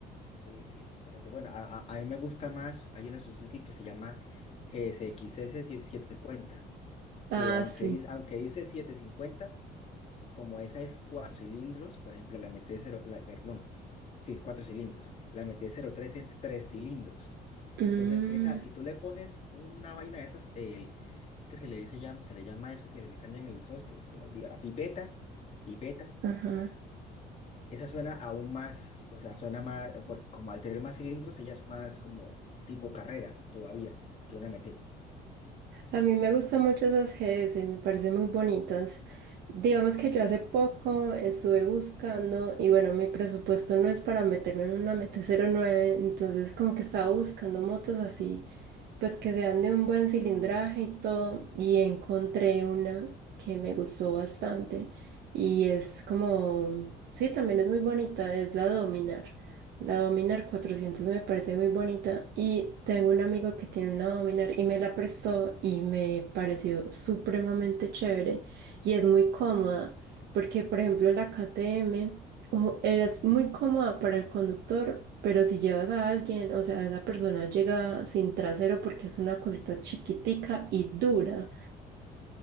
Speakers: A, on the left (about 40°); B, on the right (about 75°).
A: Sí, sí, totalmente. Bueno, a, a- a mí me gusta más, hay una Suzuki que se llama gsx s X S setecientos cincuenta
B: Ah,
A: que aunque
B: sí.
A: dice, aunque dice setecientos cincuenta Como esa es cuatro cilindros, por ejemplo, la MT-0, la- eh, perdón, sí, es cuatro cilindros. La M T cero tres es tres cilindros.
B: Mm,
A: Entonces, esa, si tú le pones una vaina de esas, el, es que se le dice ya, se le llama eso que le cambian el sosto, se me olvida, pipeta, pipeta.
B: ajá.
A: Esa suena aún más, o sea, suena más, por, como al tener más cilindros, ella es más como tipo carrera todavía que una M T
B: A mí me gustan mucho esas G S. me parecen muy bonitas. Digamos que yo hace poco estuve buscando y bueno, mi presupuesto no es para meterme en una M T cero nueve, entonces como que estaba buscando motos así pues que sean de un buen cilindraje y todo, y encontré una que me gustó bastante y es como, sí, también es muy bonita, es la Dominar. La Dominar cuatrocientos me parece muy bonita y tengo un amigo que tiene una Dominar y me la prestó y me pareció supremamente chévere y es muy cómoda porque, por ejemplo, la KTM... Ojo, eres muy cómoda para el conductor, pero si llevas a alguien, o sea, esa persona llega sin trasero porque es una cosita chiquitica y dura.